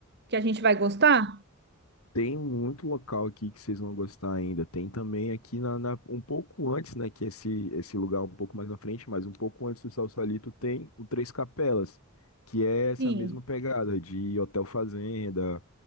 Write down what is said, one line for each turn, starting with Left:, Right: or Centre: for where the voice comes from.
Right: que a gente vai gostar?
Left: Tem muito local aqui que vocês vão gostar ainda. Tem também aqui na, na- um pouco antes, né? Que esse, esse lugar é um pouco mais na frente, mas um pouco antes do Salsalito tem o Três Capelas, que é essa
Right: Sim.
Left: mesma pegada de hotel fazenda.